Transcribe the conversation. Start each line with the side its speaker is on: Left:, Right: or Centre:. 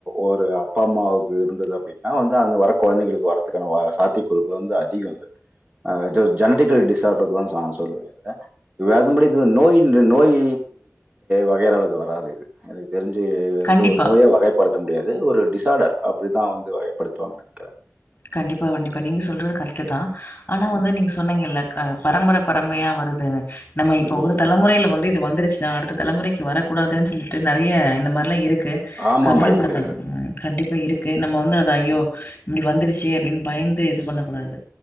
Right: ஒரு அப்பா அம்மாவுக்கு இருந்தது அப்டினா வந்து இதா அந்த வர கொழந்தைகளுக்கு வரதுக்கான சாத்யகூறுகள் வந்து அதிகோ இது அ இது ஜெனட்டிக்கல் டிசாடர்னுதா நா சொல்வே வேதம்படி இது என்ன நோய் நோய் வகையரால இது வராது இது எனக்கு தெரிஞ்சு இது வந்து
Left: கண்டிப்பா.
Right: ஒரு நோயா வகைப்படுத்த முடியாது ஒரு டிஸ்சாடர் அப்டிதா வந்து வ கை படுத்துவாங்கன் நெனைக்கிறே
Left: கண்டிப்பா கண்டிப்பா நீங்க சொல்றது கரெக்ட்தா ஆனா வந்து
Right: ம்.
Left: நீங்க சொன்னீங்கல்ல பரம்பர பரம்பையா வருதுனு நம்ம இப்ப
Right: ம்.
Left: ஒரு தலைமுறைல வந்து இது வந்துருச்சுனா அடுத்த தலைமுறைக்கு வரக்கூடாதுன்னு சொல்லிட்டு நெறய இந்த மாரில்லா இருக்கு து
Right: ஆமாமா.
Left: கண்ட்டோல்
Right: இருக்கு,
Left: படுத்தனும்
Right: இருக்கு.
Left: கண்டிப்பா இருக்கு நம்மோ வந்து அது ஐயோ
Right: ம்.
Left: இப்டி வந்துருச் சேரின் பயிந்து இது பண்ணே கூடாது